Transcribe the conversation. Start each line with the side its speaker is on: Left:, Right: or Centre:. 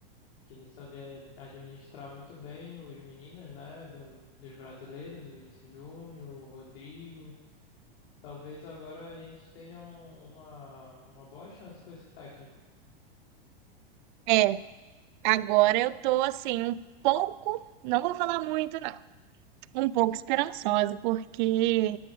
Left: que ele sabia administrar muito bem os meninos, né, do- dos brasileiros, o Vinícius Júnior, o Rodrigo. Talvez agora a gente tenha um- uma, uma boa chance com esse técnico.
Right: É, agora eu tô assim, um pouco. Não vou falar muito, não. um pouco esperançosa, porque